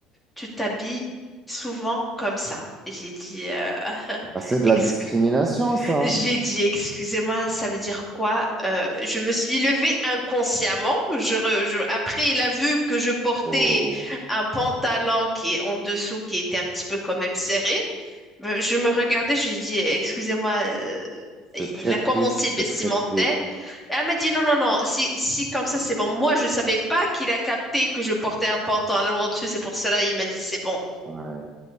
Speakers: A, in the centre; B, on the right.
A: tu t'habilles souvent comme ça? J'ai dit, euh, <laughs>
B: Bah, c'est de
A: excu-
B: la discrimination, ça.
A: j'ai dit, excusez-moi, ça veut dire quoi? Euh, je me suis levée inconsciemment. Je re- je- après, il a vu que je portais
B: Oh,
A: un pantalon qui est en dessous, qui était un petit peu quand même serré. Euh, Je me regardais, je lui ai dit, excusez-moi, euh, il
B: c'est très
A: a commencé
B: triste,
A: le vestimentaire.
B: c'est très triste.
A: Et elle m'a dit, non, non, non, si, si comme ça, c'est bon. Moi, je savais pas qu'il a capté que je portais un pantalon en dessus, c'est pour cela, il m'a dit, c'est bon.
B: Ouais.